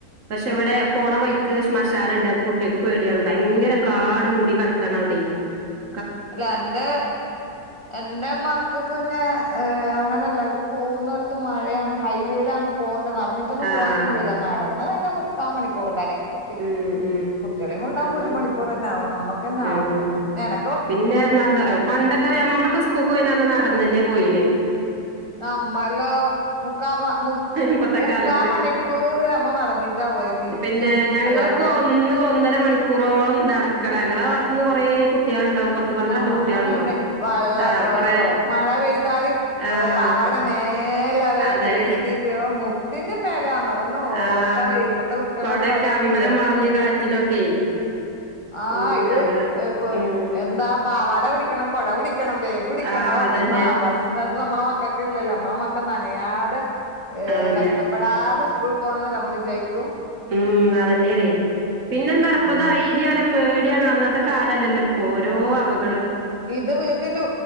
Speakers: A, on the right (about 55°); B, on the left (about 35°).
A: പക്ഷെ ഇവിടെ പോണ വൈക്ക് ശ്മശാനെണ്ട് അപ്പൊ കുട്ടികക്ക് പേടിയാണ് ഭയങ്കര കാട് മൂടി കെടക്കാണ് അവിടേ. ഉ <unintelligible>
B: ല്ലന്റെ എന്റെ മക്കക്ക് പിന്നെ ഏഹ് അങ്ങനെയല്ല ഇത് പോകുന്നിടത്ത് മഴയാന്ന് ഹൈവേയിലാണ് പോണ്ട് നടന്നിട്ടൊന്നും
A: ആഹ്
B: പോകാനൊന്നും കഴിയില്ല നടന്ന് പിന്നെ മുക്കാ മണിക്കൂറ് കറ ക്റ്റ്
A: ഉം ഉം
B: കുട്ട്യളെയും കൊണ്ടാവുമ്പോ
A: അതാണ്
B: ഒരു മണിക്കൂറന്നെ ആവും നമ്മക്കന്നെ
A: ഉം
B: ആവൂല്ല ഞാന
A: പിന്നെ എന്താന്നറിയോ പണ്ടൊക്കെ ഞമ്മളൊക്കെ സ്കൂ കോയിന്നന്ന് നടന്നന്നെ പോയീന്.
B: നമ്മളോ മുക്കാമ മു
A: ഇപ്പത്തെ
B: മുക്കാ
A: കാലത്ത്
B: മണിക്കൂറ് നമ്മ നടന്നി ട്ടാ പോയെ തിരിച്ചും.
A: പിന്നെ ഞങ്ങളൊക്കെ
B: അതേപോലെ
A: ഒന്ന് ഒന്നര മണിക്കൂറോളം നടക്കട ഞങ്ങളെ ഭാഗത്തൂന്ന് കുറേ കുട്ടികളുണ്ടാവും പന്ത്രണ്ട്
B: ആഹ് നമ്മ
A: കുട്ടികളുണ്ടാവും.
B: അങ്ങനന്നെ വള്ളം
A: ആഹ്
B: ഏഹ്
A: കൊറേ
B: മഴ പെയ്താല്
A: ആഹ്
B: പാവാട മേല വരെ
A: അതെ.
B: കേറ്റീട്ട് ഓഹ് മുട്ടിനും മേലയാന്ന് അതൊന്നും ഓർക്കാൻ
A: ആഹ്
B: വയ്യ ഇപ്പളത്തെ കു ട്ട്യളോട്
A: കൊടയൊക്കെ
B: പറയാൻ
A: അമ്പലം
B: കഴിയോ
A: മറിഞ്ഞ് കാറ്റിനൊക്കെ
B: ആഹ്
A: ഉം
B: ഇത്
A: അങ്ങനെ
B: ഏഹ് കൊ
A: ഉം
B: ബ പാവാട പിടിക്കണം കൊട പിടിക്കണം ബേ ഗ് പിടിക്കണം
A: ആഹ്
B: ഓഹ്
A: അതന്നെ
B: അന്ന് അവസ്ഥ അത് നമ്മളെ മക്ക‌ക്കില്ലല്ല നമ്മളെ മക്ക നനയാതെ. ഏഹ്
A: അതന്നെ
B: കഷ്ടപ്പെടാതെ സ്കൂളി പോണോന്നല്ലെ നമ്മ വിജാരിക്കു.
A: ഉം അതന്നെയടേ പിന്നെന്താറപ്പത
B: ഉം
A: തില പേടിയാണ് അന്നത്തെ കാലല്ലല്ലോ ഓരോ അപക
B: ഇത് വീട്ടിന്റെ